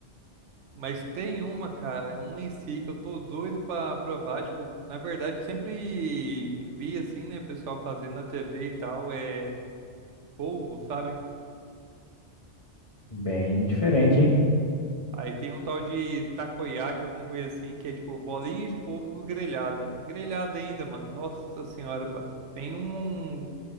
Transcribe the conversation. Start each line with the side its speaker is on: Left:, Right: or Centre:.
Right: Mas tem uma, cara, é uma em si que eu tô doido pra provar. Tipo, na verdade, eu sempre vi assim, né, pessoal fazendo na TV e tal, é polvo, sabe?
Left: bem diferente, hein?
Right: Aí tem um tal de takoyaki, alguma coisa assim, que é tipo bolinha de polvo grelhada. Grelhada ainda, mano. Nossa senhora, ba- tem um. um,